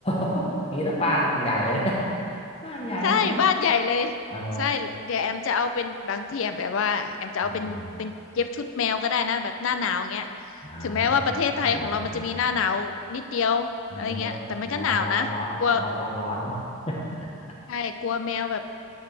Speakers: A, on the left; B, on the left.
A: <laughs> อย่างนี้ต้องบ้านใหญ่นะ <laughs> บ้านใหญ่นะ
B: <laughs> ใช่บ้านใหญ่เลย
A: เอา
B: ใช่เดี๋ยวแอมจะเอาเป็นบางทีแอมแบบว่าแอมจะเอาเป็นเป็นเย็บชุดแมวก็ได้นะแบบหน้าหนาวอย่างเงี้ย
A: อ่าอ่า
B: ถึงแม้ว่าประเทศไทยของเรามันจะมีหน้าหนาวนิดเดียวอะไรเงี้ยแต่มันก็หนาวนะกลัว
A: ผ้าเหลืองผ้าเหลือง เออร้อนร้อนร้อนร้อนร้อนร้อน <laughs>
B: ใช่กลัวแมวแบบ